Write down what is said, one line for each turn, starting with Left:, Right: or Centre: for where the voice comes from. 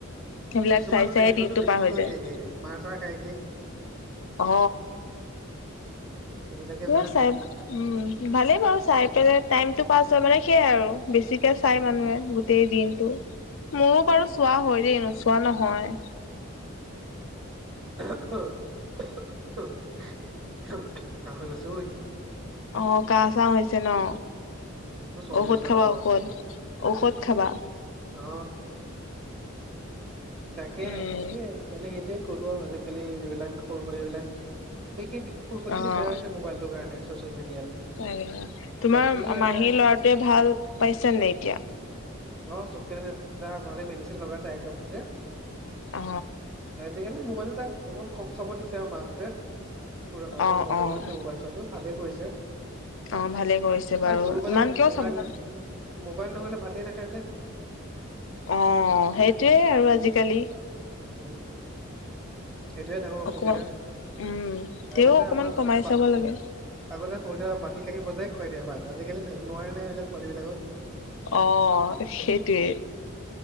Left: সেইবিলাক
Right: কিছুমান
Left: চাই
Right: প্ৰেংকতো
Left: দিনটো
Right: বেছি
Left: পাৰ হৈ
Right: কৰি
Left: যায়।
Right: দিয়েগে মাৰ চাৰ খাইকে
Left: অ।
Right: সেইবিলাকে বেয়া।
Left: উম চাব উম, ভালেই বাৰু চাই পেলাই টাইমটো পাছ হয় মানে, সেইয়াই আৰু বেছিকে চাই মানুহে। গোটেই দিনটো, মোৰো বাৰু চোৱা হয় দেই, নোচোৱা নহয়।
Right: <unintelligible> কাহ হৈ গৈছে ঐ।
Left: অ কাহ-চাহ হৈছে ন?
Right: উম, মোৰ চৰ্দি
Left: ঔষধ
Right: হৈছে
Left: খাবা
Right: অলপ অলপ
Left: ঔষধ। ঔষধ খাবা।
Right: অ। তাকে
Left: উম
Right: এই আজি-কালি সেইটোৱে ক'লো আৰু আজি-কালি এইবিলাক সৰু পোৱালি এইবিলাক বিশেষ সৰু পোৱালিখিনি
Left: অ
Right: বেয়া হৈছে মোবাইলটো কাৰণে চচিয়েল মিডিয়াত।
Left: <unintelligible> তোমাৰ
Right: বাকী এটা
Left: মাহীৰ ল'ৰাটোৱে ভাল পাইছে নে এতিয়া?
Right: অ চক <unintelligible> ভালে মেডিচিন লগাইছে আইড্ৰপ দিছে।
Left: অ।
Right: আজি-কালি মোবাইলো তাক বহুত কম চাব দিছে আৰু মাকহঁতে। কোৰে ককন
Left: অ',
Right: বন্ধ
Left: অ',
Right: কৰি দিছে মোবাইল চোৱাটো ভালে কৰিছে।
Left: অ, ভালেই কৰিছে বাৰু।
Right: ত সৰু পেলাই
Left: ইমান কিয়
Right: মোবাইল
Left: চাব না
Right: মোবাইল নহ'লে ভাতেই নাখায় যে।
Left: অ সেইটোৱে আৰু আজিকালি।
Right: উম। সেইটোৱে ডাঙৰ অসুবিধা
Left: অকমান উম, তেওঁ
Right: আগতে
Left: অকমান
Right: আমাক
Left: কমাই
Right: বা
Left: চাব লাগে।
Right: আগতে সৰুতে বাতি কাঁহি বজাই খোৱাই দিয়ে ভাত, আজিকালি নোৱাৰে নহয় সেইবিলাক পোৱালিবিলাকক।
Left: অ সেইটোৱে।